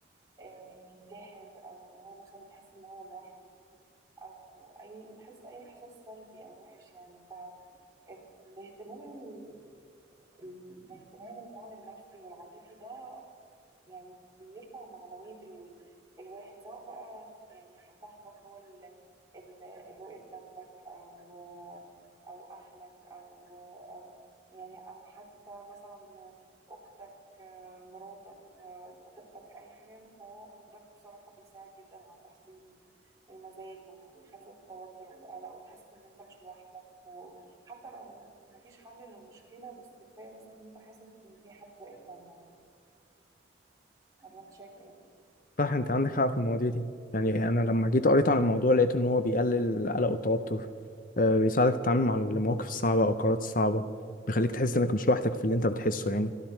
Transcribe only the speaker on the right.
آه، ينتحر أو إن هو مثلا يحس إن هو لوحده أو أي يحس أي إحساس سلبي أو وحش يعني فالاهتمام ال- ال- الاهتمام والدعم النفسي والعاطفي ده يعني بيرفع معنوية ال... الواحد سواء بقى ش- يعني ح- صاحبك هو ال... ال... اللي واقف جنبك أو أو أهلك أو أو يعني أو حتى مثلا أختك آه، مراتك آه، خطيبتك أي حاجة فهو ده بصراحة بيساعد جدا على تحسين المزاج ويخفف التوتر والقلق وتحس إن أنت مش لوحدك وحتى لو مفيش حل للمشكلة بس كفاية بس إن أنت حاسس إن في حد واقف جنبك ولا أنت شايف إيه؟